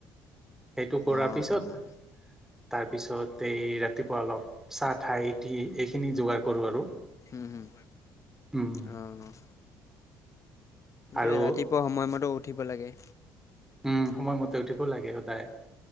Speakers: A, in the centre; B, on the left.
A: সেইটো কৰাৰ
B: অঁ
A: পিছত।
B: অঁ
A: তাৰপিছত এই ৰাতিপুৱা অলপ চাহ ঠাইঠি এইখিনি যোগাৰ কৰোঁ আৰু।
B: হুম হুম।
A: উম।
B: অ'
A: আৰু
B: এ ৰাতিপুৱা সময়মতে উঠিব লাগে।
A: উম সময়মতে উঠিব লাগে সদায়।